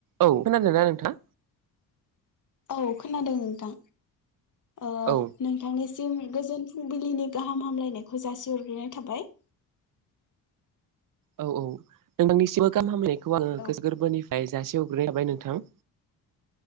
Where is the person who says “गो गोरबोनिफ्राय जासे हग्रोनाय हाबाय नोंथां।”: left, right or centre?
Right